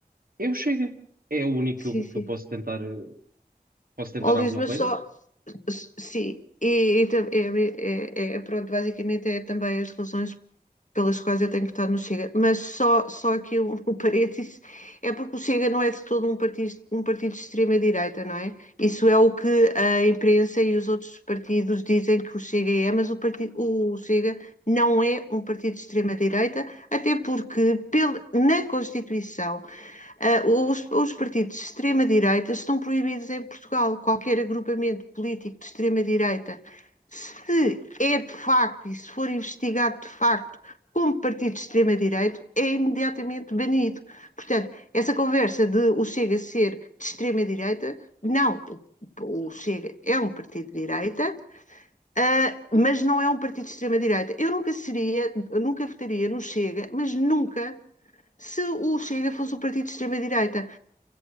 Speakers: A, on the right (about 65°); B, on the left (about 50°).
A: é o Chega. É o único
B: sim,
A: que eu,
B: sim.
A: que eu posso tentar, eh, posso tentar
B: Ó, Luís,
A: alguma
B: mas
A: coisa.
B: só, sim, e, e tam- é, é- é- pronto, basicamente é também as relações pelas quais eu tenho votado no Chega, mas só, só aqui o, o parênteses é porque o Chega não é de todo um partido, um partido de extrema-direita, não é? Isso é o que a imprensa e os outros partidos dizem que o Chega é, mas o, partido, o Chega não é um partido de extrema-direita, até porque pel, na Constituição Uh, os, os, partidos de extrema-direita estão proibidos em Portugal. Qualquer agrupamento político de extrema-direita, se é de facto e se for investigado de facto como partido de extrema-direita, é imediatamente banido. Portanto, essa conversa de o Chega ser de extrema-direita, não. O, Chega é um partido de direita, uh, mas não é um partido de extrema-direita. Eu nunca seria, nunca votaria no Chega, mas nunca se o Chega fosse um partido de extrema-direita.